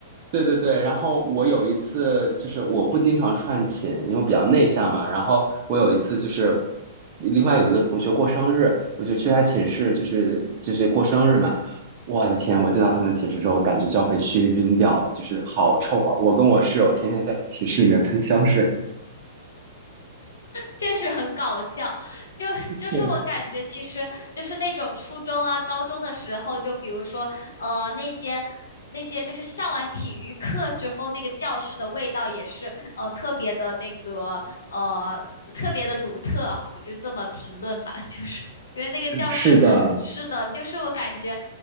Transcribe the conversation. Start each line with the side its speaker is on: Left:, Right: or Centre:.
Right: 对对对，然后我有一次就是我不经常串寝，因为我比较内向嘛。然后我有一次就是另外有一个同学过生日，我就去他寝室，就是就是过生日嘛。我的天，我进到他们寝室之后，感觉就要被熏晕掉了，就是好臭啊！我跟我室友天天在寝室里面喷香水。
Left: 确实很搞笑。就就是我感觉，
Right: 对，
Left: 其实就是那种初中啊、高中的时候，就比如说呃那些。那些就是上完体育课之后，那个教室的味道也是呃特别的那个呃特别的独特，我就这么评论吧，<laughs> 就是因为那个教室是的，
Right: <laughs> 是的，
Left: 就是我感觉